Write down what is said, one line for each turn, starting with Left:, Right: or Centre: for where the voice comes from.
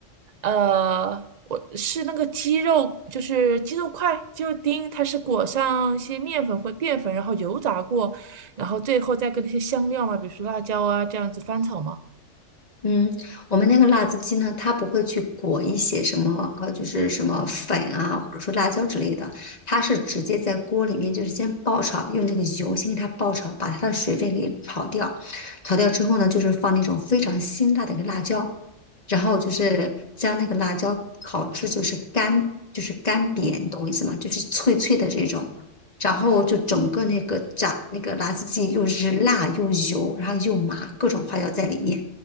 Right: 呃，我是那个鸡肉，就是鸡肉块、鸡肉丁，它是裹上一些面粉或淀粉，然后油炸过，然后最后再跟那些香料嘛，比如说辣椒啊这样子翻炒嘛。
Left: 嗯，我们那个辣子鸡呢，它不会去裹一些什么呃，就是什么粉啊，或者说辣椒之类的，它是直接在锅里面就是先爆炒，用那个油先给它爆炒，把它的水分给炒掉。炒掉之后呢，就是放那种非常辛辣的一个辣椒，然后就是将那个辣椒烤至就是干，就是干瘪，你懂我意思吗？就是脆脆的这种。然后就整个那个炸那个辣子鸡又是辣又油，然后又麻，各种花椒在里面。